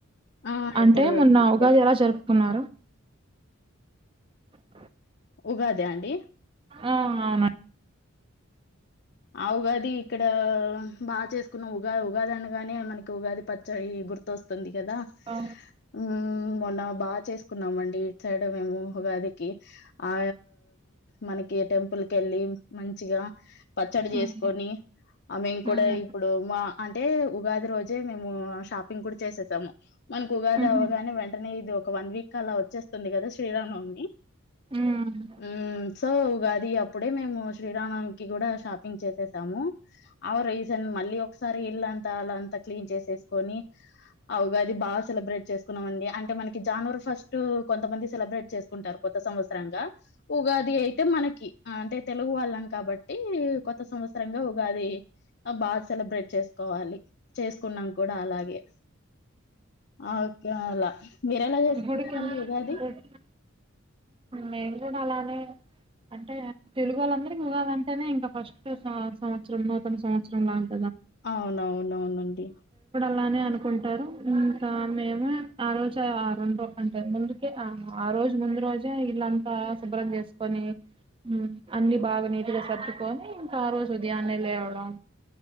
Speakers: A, on the left; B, on the right.
A: ఆ!
B: అంటే
A: ఇప్పుడు
B: మొన్న
A: ఇప్పుడు క్లియరే.
B: ఉగాది ఎలా జరుపుకున్నారు అ
A: ఉగాదా అండి?
B: ఆ అవున
A: ఆ ఉగాది ఇక్కడ బా చేసుకున్న ఉగాది ఉగాది అనాగానే మనకి ఉగాది పచ్చడి గుర్ గుర్తొస్తుంది కదా
B: ఆ
A: ఉ మొన్న బాగ చేసుకున్నామండి ఇటు సైడ్ మేము ఉగాదికి ఆ మనకి టెంపుల్ కి వెళ్ళి మంచిగా పచ్చడి చేసుకొని
B: ఉమ్
A: ఆ మేము కూడా
B: ఉమ్
A: ఇప్పుడు మా అంటే ఉగాది రోజే మేము షాపింగ్ కూడా చేసేసాము మనకు ఉగాది
B: ఉహు
A: అవ్వగానే వెంటనే ఇది ఒక వన్ వీక్ అలా వచ్చేస్తుంది కదా శ్రీరామ్ నవమి
B: ఉమ్
A: హ్మ్ సో ఉగాది అప్పుడే మేము శ్రీరామ నవమి కి కూడా షాపింగ్ చేసేసాము అవు రీసన్ మళ్ళీ ఒకసారి ఇల్లంతా అంత క్లీన్ చేసెస్ కొని అ ఉగాది బాగా సెలబ్రేట్ చేసుకున్నాం అండి అంటే మనకి జన్వరి ఫస్ట్ కొంతమంది సెలబ్రేట్ చేసుకుంటారు కొత్త సంవత్సర త్సరంగా ఉగాది అయితే మనకి అంటే తెలుగు వాళ్ళం కాబట్టి టి కొత్త సంవత్సరంగా ఉగాది ఆ బా సెలబ్రేట్ చేసుకోవాలి చేసుకున్నాం కూడా అలాగే ఓకే అలా మీర ఎలా చేసుకున్నారండి
B: గుడికి
A: ఉగాది
B: గుడి మేము కూడా అలానే అంటే తెలుగు వాళ్ళందరి ఉగాదంటేనే ఇంకా ఫస్ట్ సంవత్సరం నూతన సంవత్సరం లాగా
A: అవునవునవునండి
B: బానే అనుకుంటారు ఇంకా మేము ఆ రోజు ఆరు అంటే ముందుకే ఆ ఆరు రోజు ముందు రోజే ఇల్లంతా శుభ్రం చేసుకొని మ్మ్ అన్ని బాగా నీటిగా సర్దుకొని ఇంకా ఆ రోజు ఉదయాన్నే లేవడం